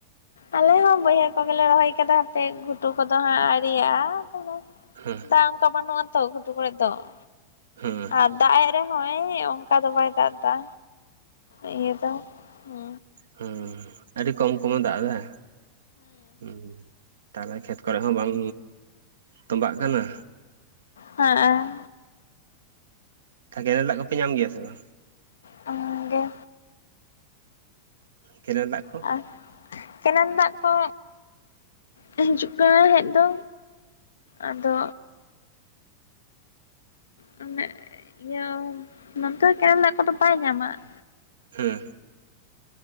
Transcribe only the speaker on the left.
ᱟᱞᱮ ᱦᱚᱸ ᱵᱟᱹᱭᱦᱟᱹᱲ ᱠᱚᱜᱮᱞᱮ ᱨᱚᱦᱚᱭ ᱠᱟᱫᱟ ᱦᱟᱯᱮ ᱜᱷᱩᱴᱩ ᱠᱚᱫᱚ ᱦᱟᱸᱜ ᱟᱹᱣᱨᱤᱭᱟᱜᱼᱟ ᱾
ᱫᱟᱜ ᱚᱱᱠᱟ ᱵᱟᱹᱱᱩᱜ ᱟᱛᱚ ᱜᱷᱩᱴᱩ ᱠᱚᱨᱮᱜ ᱫᱚ ᱾
ᱟᱨ ᱫᱟᱜᱽ ᱮᱜ ᱨᱮᱦᱚᱸᱭ ᱚᱱᱠᱟ ᱫᱚ ᱵᱟᱭ ᱫᱟᱜᱽ ᱫᱟ ᱤᱭᱟᱹ ᱫᱟ ᱦᱩ
ᱦᱟ ᱟ
ᱚᱱᱟᱜᱮ
ᱟᱨ ᱠᱮᱱᱮᱞ ᱫᱟᱜᱽ ᱠᱚ ᱦᱤᱡᱩᱜ ᱠᱟᱱᱟᱭ ᱦᱮᱡ ᱫᱚ ᱟᱫᱚ ᱚᱱᱮ ᱤᱭᱟᱹ ᱱᱚᱱᱛᱮ ᱠᱮᱱᱮᱞ ᱫᱟᱜ ᱠᱚᱫᱚ ᱵᱟᱭ ᱧᱟᱢᱟ ᱾